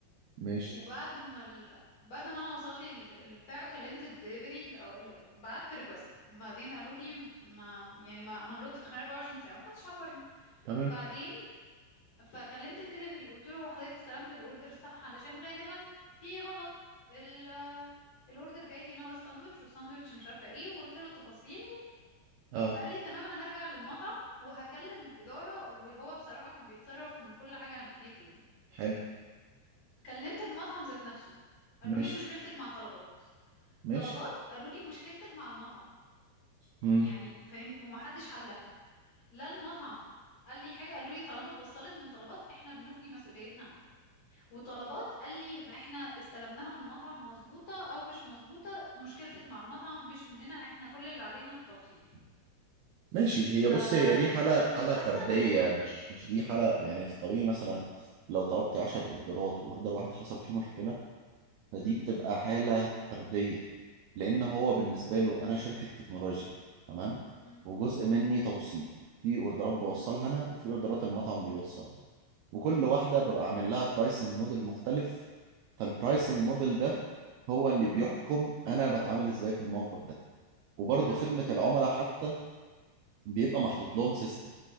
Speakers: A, on the right; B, on the left.
A: ماشي
B: وبعد ما ال... بعد ما انا وصل لي ال- البتاع كلمت الدليفري او ال- بعت ريكوست بعدين قالوا لي ما يعني ما هنرد في خلال 24 ساعه ما حدش عبرني
A: تمام
B: بعدين فكلمت الدليفري قلت له هو حضرتك استلمت الاوردر الصح علشان غالبا في غلط ال الاوردر جاي لي ناقص ساندوتش والساندوتش مش عارفه ايه وقلت له التفاصيل
A: اه
B: فقال لي تمام انا هرجع للمطعم وهكلم الاداره وهو بصراحه كان بيتصرف من كل حاجه ناحيته يعني
A: حلو
B: كلمت المطعم ذات نفسه قالوا
A: ماشي
B: لي مشكلتك مع طلبات
A: ماشي
B: طلبات قالوا لي مشكلتك مع المطعم
A: مم.
B: يعني فاهمني ومحدش حلها لا المطعم قال لي حاجه قالوا لي طالما اتوصلت من طلبات احنا بنخلي مسؤوليتنا عنها وطلبات قال لي ما احنا استلمناها من المطعم مظبوطه او مش مظبوطه مشكلتك مع المطعم مش مننا احنا كل اللي علينا التوصيل
A: ماشي
B: ف...
A: هي بص هي دي حالة
B: فانا مش
A: حالة
B: حاسه
A: فردية
B: ان هما
A: مش مش دي حالة يعني في الطبيعي مثلا لو طلبتي 10 اوردرات واوردر واحد حصل فيه مشكلة فدي
B: مم.
A: بتبقى حالة فردية لان هو بالنسبة له انا شركة تكنولوجيا تمام
B: مم.
A: وجزء مني توصيل في اوردرات بوصلها
B: مم،
A: انا وفي اوردرات المطعم بيوصلها وكل
B: مم،
A: واحدة ببقى عامل لها برايسنج موديل مختلف فالبرايسنج موديل ده هو اللي بيحكم انا بتعامل ازاي في الموقف ده وبرضه
B: جميل
A: خدمة العملاء حتى بيبقى محطوط لهم سيستم